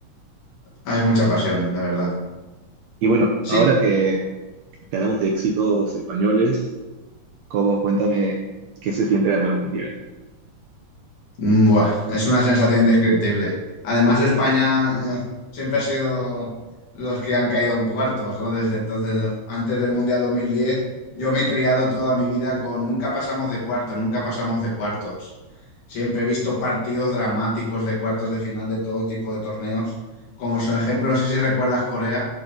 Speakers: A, on the left; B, on the right.
A: hay mucha pasión, de verdad.
B: Y bueno,
A: Sí,
B: ahora que, que hablamos de éxitos españoles, ¿cómo? Cuéntame qué se siente ganar un mundial.
A: Mm, Buah, es una sensación indescriptible. Además, España eh, siempre ha sido los que han caído en cuartos, ¿no? Desde entonces, lo- antes del Mundial 2010, yo me he criado toda mi vida con nunca pasamos de cuartos, nunca pasamos de cuartos. Siempre he visto partidos dramáticos de cuartos de final de todo tipo de torneos. Como su ejemplo, no sé si recuerdas Corea,